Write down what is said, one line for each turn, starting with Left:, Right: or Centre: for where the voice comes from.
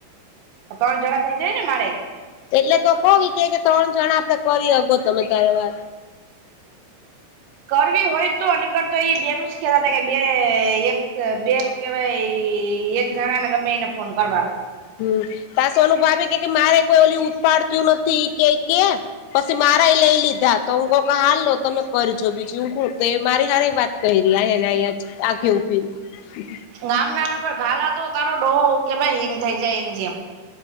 Right: ત્રણ જણા થઈ જાય ને મારે
Left: એટલે તો કોવ વિ કે કે ત્રણ જણા આપડે કરી હકો તમે ત્યારે વા
Right: કરવી હોય તો નીકળતો એ બે નું જ કે તાતા કે બે એક બે ભાઈ એક જણા ને ગમે એને ફોન કરવાનો
Left: હમ તા સોનુ ભાભી કે કે મારે કોઈ ઓલયુ ઉત્પાડતું નથી કેય કે પછી મારા એ લઈ લીધા તો હું કક હાર લો તમે કરજો બીજુ હુ તો મારી હારે વાત <unintelligible>
Right: ગામ ના નંબર ગાલા તો તારો ડોહો કે ભાઈ હિંગ થઈ જાય એને જેમ